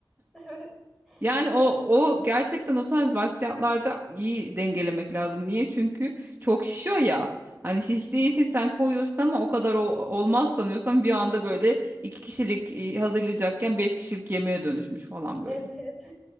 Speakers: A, in the centre; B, on the right (about 30°).
A: Evet.
B: Yani
A: Çok
B: o
A: keyifli.
B: o gerçekten o tarz bakliyatlarda iyi dengelemek lazım. Niye? Çünkü çok şişiyor ya. Hani şiştiği için sen koyuyorsun ama o kadar o, olmaz sanıyorsan bir anda böyle iki kişilik e, hazırlayacakken beş kişilik yemeğe dönüşmüş falan böyle.
A: Evet.